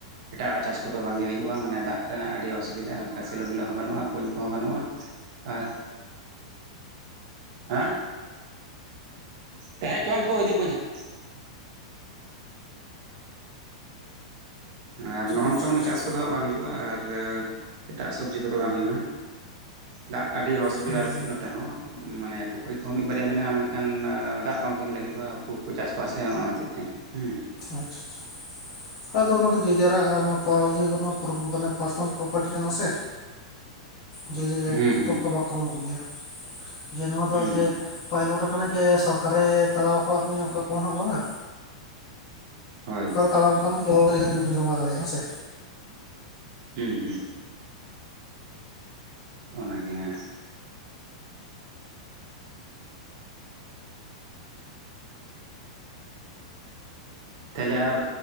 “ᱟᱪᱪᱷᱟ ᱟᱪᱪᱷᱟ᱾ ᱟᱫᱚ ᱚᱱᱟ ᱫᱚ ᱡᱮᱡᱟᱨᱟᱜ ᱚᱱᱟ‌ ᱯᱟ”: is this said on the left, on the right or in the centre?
Left